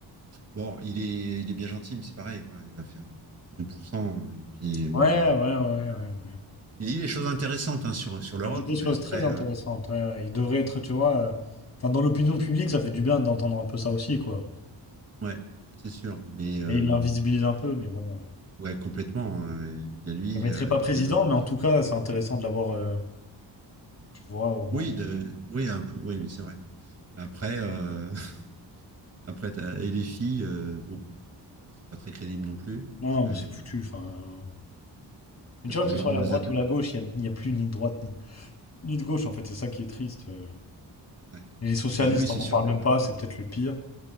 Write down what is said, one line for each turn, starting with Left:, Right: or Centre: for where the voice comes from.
Right: Bon, il est, il est bien gentil, mais c'est pareil, quoi. Il va faire euh, 2%. euh, Et puis, bon.
Left: ouais, ouais, ouais, ouais. ouais.
Right: Il dit des choses intéressantes hein, sur, sur l'Europe,
Left: Il dit des choses
Right: mais après,
Left: très intéressantes.
Right: euh,
Left: Ouais, ouais. Il devrait être, tu vois, euh, enfin dans l'opinion publique, ça fait du bien d'entendre un peu ça aussi, quoi.
Right: ouais, c'est sûr. Mais euh,
Left: Mais il l'invisibilise
Right: bon,
Left: un peu, mais bon. euh,
Right: ouais, complètement. euh, Il y a lui,
Left: Je le
Right: il
Left: mettrai
Right: y a,
Left: pas président,
Right: qui y a d'autres.
Left: mais en tout cas, c'est intéressant de l'avoir, euh, tu vois, au moins.
Right: Oui, de, oui, un peu, oui, mais c'est vrai. Mais après, euh, <laughs> après, t'as- et les filles, euh, bon. Bah, Ils sont pas très crédibles non plus,
Left: Non,
Right: parce que
Left: mais
Right: euh,
Left: c'est foutu. Enfin, euh,
Right: ils-
Left: mais tu vois, que
Right: on,
Left: ce
Right: le-
Left: soit
Right: on
Left: la
Right: les
Left: droite
Right: a pas.
Left: ou la gauche, il n'y a, y a plus ni de droite ni, ni de gauche, en fait. C'est ça qui est triste. euh.
Right: ouais.
Left: Et les socialistes,
Right: Bah oui, c'est
Left: on n'en
Right: sûr
Left: parle même
Right: que.
Left: pas, c'est peut-être le pire.